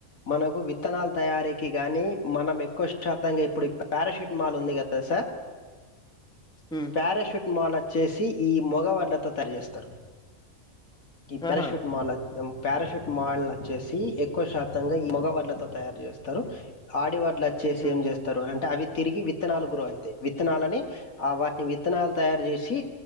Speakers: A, on the left; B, in the centre.
A: మనకు వి విత్తనాల తయారీకి గాని మనం కోస్తతంగా ఇప్పుడి పారాషెట్మాల్ ఉంది కదా సార్
B: హ్మ్
A: ప్యారాషూట్ మాల చేసి ఈ మొగ వడ్లతో తరిచేస్తారు ఈ పారాట్
B: ఆహా
A: మాల్ పారాషూట్ మాల్ వచ్చేసి ఎక్కువ శాత గా ఈ మగవడ్లతో తయారు చేస్తారు ఆడివడ్ల చేసి
B: హ్మ్
A: ఏం చేస్తారు అ అంటే అవి తిరిగి విత్తనాలు గు్రో అవుతాయి విత్తనాలు అని ఆ వాటిని విత్తనాలు తయారు చేసి